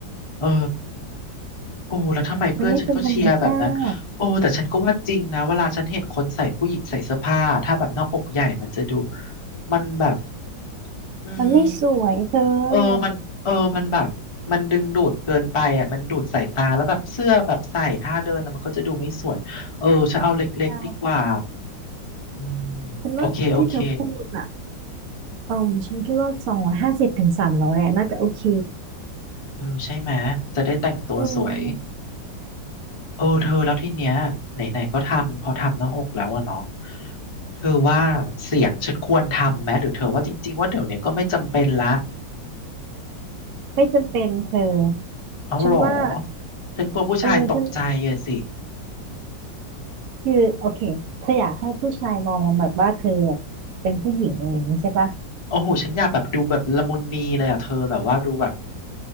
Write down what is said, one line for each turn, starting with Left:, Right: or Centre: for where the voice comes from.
Left: เออโอ้แล้วทำไมเพื่อนฉันก็เชียร์แบบนั้นโอ้แต่ฉันก็ว่าจริงนะเวลาฉันเห็นคนใส่ผู้หญิงใส่เสื้อผ้าถ้าแบบหน้าอกใหญ่มันจะดู
Right: มันไม่เป็นธรรมชาติ
Left: มันแบบอืม
Right: มันไม่สวยเธ
Left: เออมันเออมันแบบ
Right: อ
Left: มันดึงดูดเกินไปอ่ะมันดูดสายตา แล้วแบบเสื้อแบบใส่ท่าเดินแล้วมันก็จะดูไม่สวย เออจะเอาเล็กๆดีกว่า
Right: ใช่
Left: อืม
Right: ฉันว่าที่เธอพูดอ่ะ
Left: โอเคโอเค
Right: เออฉันคิดว่าสองร้อยห้าสิบถึงสามร้อยอ่ะน่าจะโอเค
Left: เออใช่ไหม จะได้แต่งตัวสวย
Right: อืม
Left: เออเธอแล้วที่เนี้ยไหนๆก็ทำ พอทำหน้าอกแล้วอะเนาะเธอว่าเสียงฉันควรทำไหม หรือเธอว่าจริงๆว่าเดี๋ยวเนี้ยก็ไม่จำเป็นละ
Right: ไม่จำเป็นเธอ
Left: เอาหรอ
Right: ฉันว่า
Left: ฉันกลัวผู้ชายตกใจอะสิ
Right: เออฉันคือโอเคเธออยากให้ผู้ชายมองแบบว่าเธอเป็นผู้หญิงอะไรอย่างนี้ใช่ปะ
Left: โอ้โหฉันอยากแบบดูแบบละมุนนีเลยอะเธอแบบว่าดูแบบ